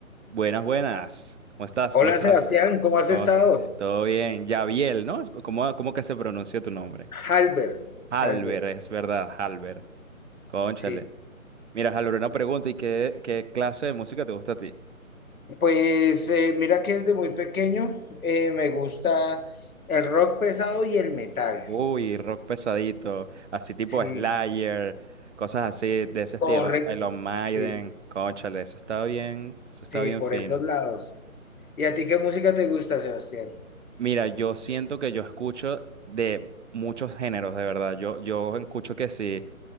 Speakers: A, on the right; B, on the left.
A: Buenas, buenas. ¿Cómo estás?
B: Hola
A: ¿Cómo estás?
B: Sebastián, ¿cómo has
A: ¿Cómo
B: estado?
A: estás? Todo bien. Yaviel, ¿no? ¿Cómo, cómo que se pronuncia tu nombre?
B: Halber,
A: Halber,
B: Halber.
A: es verdad, Halber. Cónchale.
B: Sí,
A: Mira, Halber, una pregunta. ¿Y qué, qué clase de música te gusta a ti?
B: pues eh, mira que desde muy pequeño eh, me gusta el rock pesado y el metal.
A: Uy, rock pesadito, así tipo
B: Sí,
A: Slayer, cosas así de ese estilo.
B: correcto.
A: Iron Maiden,
B: Sí,
A: cónchale, eso está bien, eso
B: sí,
A: está bien
B: por
A: fino.
B: esos lados. ¿Y a ti qué música te gusta, Sebastián?
A: Mira, yo siento que yo escucho de muchos géneros, de verdad. Yo, yo escucho que sí.